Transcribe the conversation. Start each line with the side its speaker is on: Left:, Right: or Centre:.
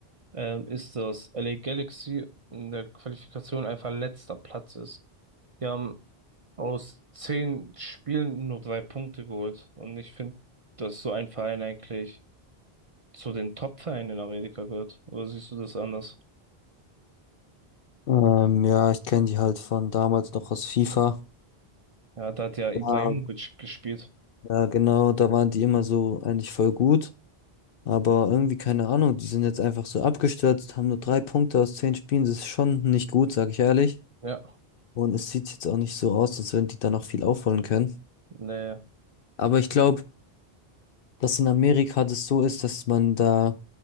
Right: ähm, ist, dass LA Galaxy in der Qualifikation einfach letzter Platz ist. Die haben aus zehn Spielen nur drei Punkte geholt. Und ich finde, dass so ein Verein eigentlich zu den Top-Vereinen in Amerika gehört. Oder siehst du das anders?
Left: Ähm, ja, ich kenne die halt von damals noch aus FIFA.
Right: Ja, da hat ja Ibrahimovic
Left: Ja,
Right: gespielt.
Left: ja, genau, da waren die immer so eigentlich voll gut. Aber irgendwie, keine Ahnung, die sind jetzt einfach so abgestürzt, haben nur drei Punkte aus zehn Spielen. Das ist schon nicht gut, sag ich ehrlich.
Right: Ja,
Left: Und es sieht jetzt auch nicht so aus, als wenn die da noch viel aufholen können.
Right: nee,
Left: Aber ich glaube, dass in Amerika das so ist, dass man da